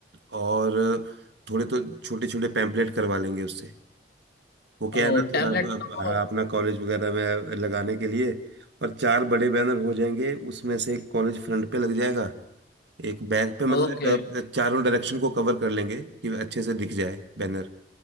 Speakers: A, on the right; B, on the left.
A: और थोड़े तो छोटे छोटे पैम्पलेट करवा लेंगे उससे वो क्या
B: और
A: है ना थोड़ा
B: टेम्पलेट
A: अ,
B: तो
A: हाँ, अपना कॉलेज वगैरह में लगाने के लिए और चार बड़े बैनर हो जाएंगे उसमें से एक कॉलेज फ्रंट पे लग जाएगा एक बैक पे मतलब
B: ओके
A: अ, चारों डायरेक्शन को कवर कर लेंगे कि अच्छे से दिख जाए बैनर